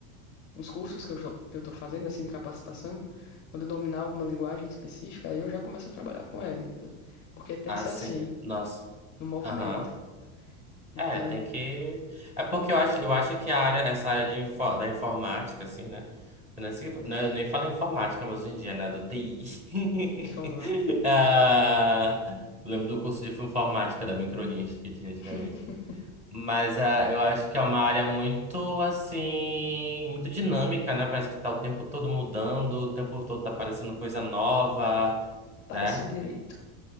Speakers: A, on the left; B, on the right.
A: uns cursos que eu, jo- que eu tô fazendo, assim, de capacitação, quando eu dominar alguma linguagem específica, aí eu já começo a trabalhar com ela, entendeu? Porque tem
B: Assim,
A: que ser assim,
B: nossa.
A: no movimento.
B: Aham.
A: Então,
B: É, tem que. É porque eu acho, eu acho que a área, essa área de, info- da informática, assim, né? Eu nem sei- não- eu nem falo informática, mas hoje em dia, né? Do TI.
A: informática.
B: <laughs> Ah, lembro do curso de informática da Microlins que tinha antigamente.
A: <laughs>
B: Mas ah, eu acho que é uma área muito, assim, muito dinâmica, né? Parece que tá o tempo todo mudando, o tempo todo tá aparecendo coisa nova,
A: para
B: né?
A: seu direito.